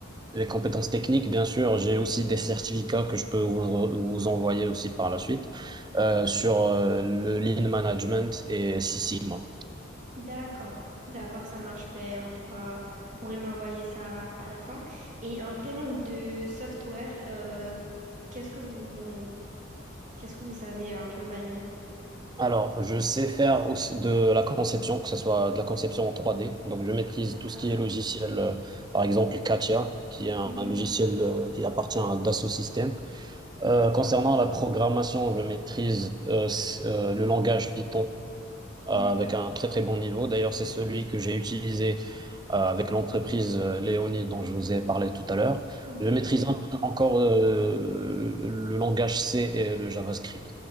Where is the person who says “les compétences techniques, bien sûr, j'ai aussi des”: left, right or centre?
Right